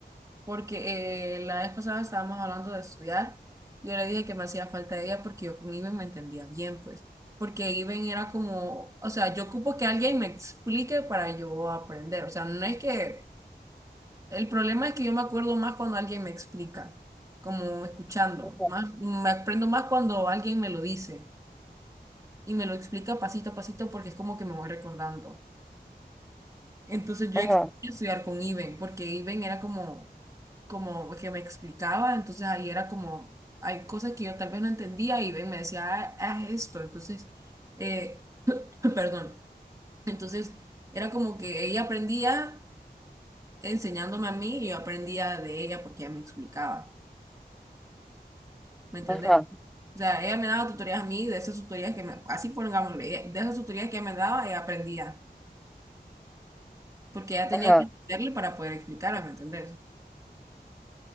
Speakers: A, on the right; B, in the centre.
A: Porque eh, la vez pasada estábamos hablando de estudiar. Yo le dije que me hacía falta ella porque yo con Iben me entendía bien, pues. Porque Iben era como, o sea, yo ocupo que alguien me explique para yo aprender. O sea, no es que El problema es que yo me acuerdo más cuando alguien me explica, como escuchando,
B: Ajá,
A: más, me aprendo más cuando alguien me lo dice y me lo explica pasito a pasito porque es como que me voy recordando. Entonces yo
B: ajá,
A: extraño estudiar con Iben porque Iben era como, como que me explicaba, entonces ahí era como, hay cosas que yo tal vez no entendía y Iben me decía, ah, haz esto, entonces, eh, <laughs> perdón, entonces era como que ella aprendía enseñándome a mí y yo aprendía de ella porque ella me explicaba. ¿Me entendés?
B: ajá,
A: O sea, ella me daba tutorías a mí, de esas tutorías que me, así pongámosle, ella- de esas tutorías que ella me daba, ella aprendía, porque ella tenía
B: ajá.
A: que entenderle para poder explicarme, ¿me entendés?